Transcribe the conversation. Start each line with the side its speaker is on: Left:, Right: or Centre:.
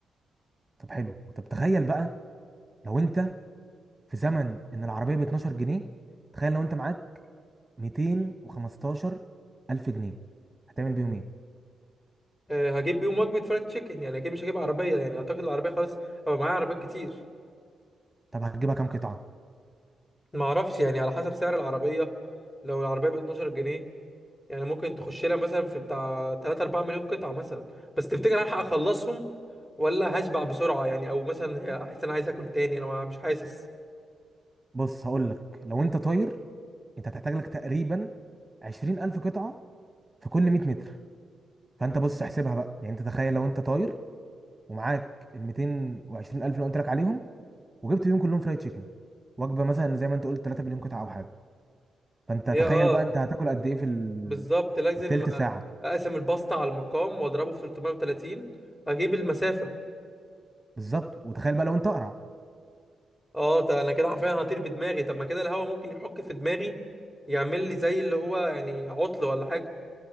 Right: طب حلو طب تخيل بقى لو انت في زمن ان العربيه ب 12 جنيه تخيل لو انت معاك 215 الف جنيه هتعمل بيهم ايه
Left: أه، هجيب بيهم وجبه فرايد تشيكن يعني اكيد مش هجيب عربيه يعني اعتقد العربيه خلاص هبقى معايا عربيات كتير
Right: طب هتجيبها كام قطعه
Left: ما اعرفش يعني على حسب سعر العربيه لو العربيه ب 12 جنيه يعني ممكن تخش لها مثلا في بتاع 3 4 مليون قطعه مثلا بس تفتكر هلحق اخلصهم ولا هشبع بسرعه يعني او مثلا هحس انا عايز اكل تاني انا مش حاسس
Right: بص هقول لك لو انت طاير انت هتحتاج لك تقريبا 20000 الف قطعه في كل 100 متر فانت بص احسبها بقى يعني انت تخيل لو انت طاير ومعاك ال 220000 الف اللي قلت لك عليهم وجبت بيهم كلهم فرايد تشيكن وجبه مثلا زي ما انت قلت 3 مليون قطعه او حاجه فانت
Left: يا
Right: تخيل
Left: اه
Right: بقى انت هتاكل قد ايه في ال-
Left: بالظبط لازم
Right: في التلت ساعه
Left: اقسم الباستا على المقام واضربه في 330 اجيب المسافه
Right: بالظبط وتخيل بقى لو انت اقرع
Left: اه ده انا كده حرفيا هطير بدماغي طب ما كده الهواء ممكن يحك في دماغي يعمل لي زي اللي هو يعني عطل ولا حاجه